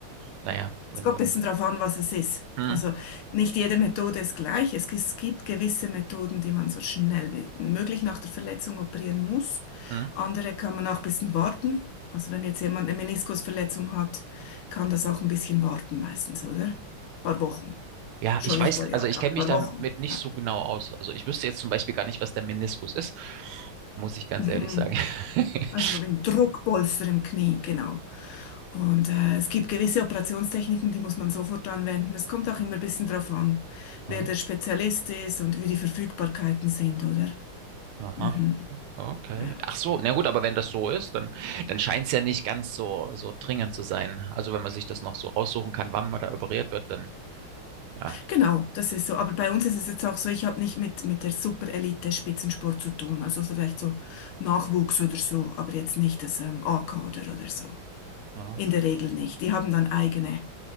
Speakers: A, on the right; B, on the left.
A: naja, wenn
B: Es kommt
A: nun.
B: ein bisschen darauf an, was es ist.
A: Hm,
B: Also nicht jede Methode ist gleich. Es, es gibt gewisse Methoden, die man so schnell wie möglich nach der Verletzung operieren muss.
A: hm.
B: Andere kann man auch ein bisschen warten. Also wenn jetzt jemand eine Meniskusverletzung hat, kann das auch ein bisschen warten meistens, oder? Ein paar Wochen.
A: Ja,
B: Schon
A: ich weiß,
B: nicht ein paar Jahre,
A: also ich
B: aber
A: kenne
B: ein paar
A: mich damit
B: Wochen.
A: nicht
B: Ja.
A: so genau aus. Also ich wüsste jetzt zum Beispiel gar nicht, was der Meniskus ist, muss ich ganz
B: <laughs>
A: ehrlich sagen. <laughs>
B: Also ein Druckpolster im Knie, genau. Und äh, es gibt gewisse Operationstechniken, die muss man sofort anwenden. Es kommt auch immer ein bisschen drauf an,
A: Ah,
B: wer der Spezialist ist und wie die Verfügbarkeiten sind, oder?
A: Aha,
B: Mhm.
A: okay.
B: Ja.
A: Ach so, na gut, aber wenn das so ist, dann, dann scheint es ja nicht ganz so, so dringend zu sein. Also wenn man sich das noch so raussuchen kann, wann man da operiert wird, dann ja.
B: Genau, das ist so. Aber bei uns ist es jetzt auch so, ich habe nicht mit, mit der Super-Elite-Spitzensport zu tun. Also vielleicht so Nachwuchs oder so, aber jetzt nicht das ähm, A-Kader oder so.
A: ja.
B: In der Regel nicht. Die haben dann eigene,